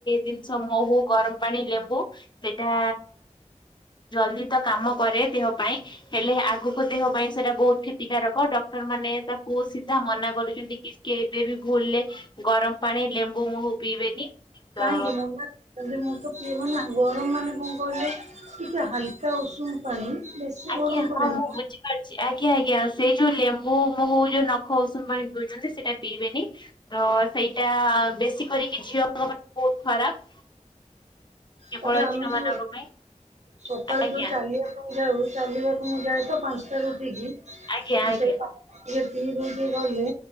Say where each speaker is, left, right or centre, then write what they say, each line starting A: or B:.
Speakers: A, on the left; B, on the right.
A: ଜିନିଷ ମହୁ, ଗରମ ପାଣି, ଲେମ୍ବୁ ସେଟା ଜଲଦି ତ କାମ କରେ ଦେହ ପାଇଁ। ହେଲେ ଆଗକୁ ଦେହ ପାଇଁ ସେଟା ବହୁତ କ୍ଷତିକାରକ। ଡକ୍ଟର ମାନେ ତାକୁ ସିଧା ମନା କରୁଛନ୍ତି କି କେବେ ବି ଭୁଲ୍ ରେ ଗରମ ପାଣି, ଲେମ୍ବୁ, ମୁହୁ, ପିଇବେନି। ତ
B: କାହିଁଙ୍ଗି ମନା ସେମିତି ମୁଁ ତ ପି ମାନେ ଗରମ ମାନେ କଣ କହିଲୁ ଟିକେ ହାଲକା ଉଷୁମ ପାଣି ବେଶୀ
A: ଆଜ୍ଞା
B: ଗରମ ପାଣି
A: ହଁ ମୁଁ
B: ନୁହଁ
A: ବୁଝି ଆଜ୍ଞା ଆଜ୍ଞା। ସେ ଯୋଉ ଲେମ୍ବୁ, ମହୁ ଯୋଉ ନଖ ଉଷୁମ ପାଣି ପିଉଛନ୍ତି, ସେଇଟା ପିଇବେନି। ତ ସେଇଟା ବେଶୀ କରିକି ଝିଅଙ୍କ ପାଇଁ ବହୁତ ଖରାପ। କେବଳ
B: ତାପରେ ଆମେ
A: ଝିଅ
B: ଯୋଉ,
A: ମାନଙ୍କ ପାଇଁ
B: ସକାଳୁ
A: ଆଜ୍ଞା
B: ଯୋଉ ଚାଲି ଆ ଯାଉ, ଚାଲିବାକୁ ମୁଁ ଯାଏ ତ ପାଞ୍ଚଟାରୁ ଉଠିକି,
A: ଆଜ୍ଞା
B: ମୁଁ
A: ଆଜ୍ଞା
B: ସେଇ ପା ଟିକେ ପିଇଦେଇକି ଗଲେ